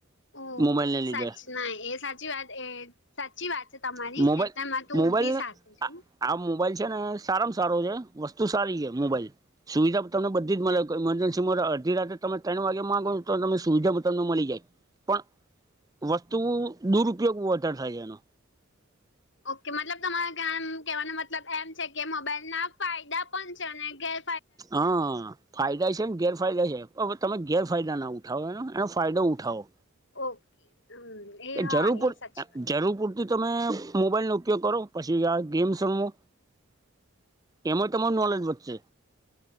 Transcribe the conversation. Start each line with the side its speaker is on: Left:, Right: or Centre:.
Left: ઓ
Right: મોબાઈલ ને લીધે.
Left: સાચ ના એ સાચી વાત એ સાચી વાત છે તમારી
Right: મોબાઈલ
Left: એટલેમાં તું
Right: મોબાઈલ
Left: ઊભી સાથે છું.
Right: આ આ મોબાઈલ છે ને સારામાં સારો છે વસ્તુ સારી છે મોબાઈલ સુવિધા તમ બધી જ મળે મરજન્સીમાં અડી રાતે તમે ત્રણ વાગે માગો છો તો તમે સુવિધા પણ તમને મળી જાય પણ વસ્તુ દુરુપયોગ વધારે થાય છેાય એનો
Left: ઓકે મતલબ તમારે કેવાન કેવાનો મતલબ એમ છે કે મોબાઈલના ફાયદા પણ છે અને ગેર
Right: હહ ફાયદાએ છે ને ગેરફાયદાએ છે. હવે તમે ગેરફાયદા ના ઉઠાવો એનો એનો ફાયદો ઉઠાવો.
Left: ઓકે હમ એ
Right: કે
Left: હા
Right: જરૂર પૂર
Left: એ સાચી વાત
Right: જરૂર પૂરતી તમે મોબાઈલનો ઉપયોગ કરો પછી આ ગેમ સમો એમમાં તમામો નલેજ વધ છે